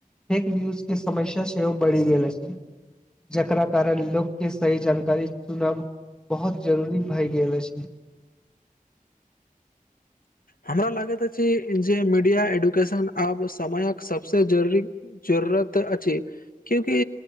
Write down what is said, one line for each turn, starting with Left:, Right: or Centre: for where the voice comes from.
Centre: फेक व्यूज के समस्या सेहो बढ़ि गेल छै जकरा कारण लोक के सही जानकार कारी चुनब बहुत जरूरी भए गेल अछि
Left: हमरा लागैत अछि जे मीडिया एडुकेशन आब समयक सबसे जरुररी जरूरत अछि क्यूंकि